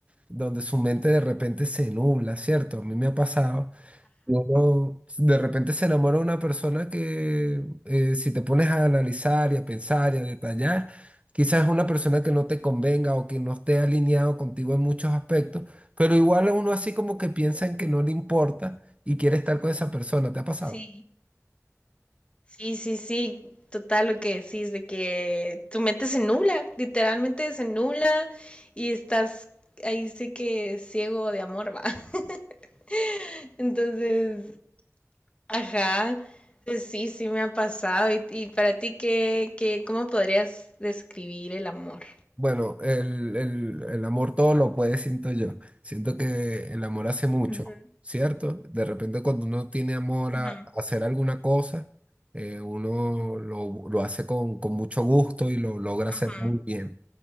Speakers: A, on the right (about 25°); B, on the left (about 20°).
A: donde su mente de repente se nubla, ¿cierto? A mí me ha pasado uno de repente se enamora de una persona que eh, si te pones a analizar y a pensar y a detallar, quizás es una persona que no te convenga o que no esté alineado contigo en muchos aspectos, pero igual uno así como que piensa en que no le importa y quiere estar con esa persona. ¿Te ha pasado?
B: Sí, Sí, sí, sí, total lo que decís, de que tu mente se nubla, literalmente se nubla y estás ahí sí que ciego de amor, va. <laughs> Entonces, Ajá, eh, sí, sí me ha pasado. ¿Y, y para ti qué, qué, cómo podrías describir el amor?
A: Bueno, el, el- el amor todo lo puede, siento yo. Siento que el amor hace mucho,
B: Ujú,
A: ¿cierto? De repente cuando uno tiene amor
B: ujú,
A: a, a hacer alguna cosa, eh, uno lo, lo hace con, con mucho gusto y lo logra hacer
B: ujú,
A: muy bien.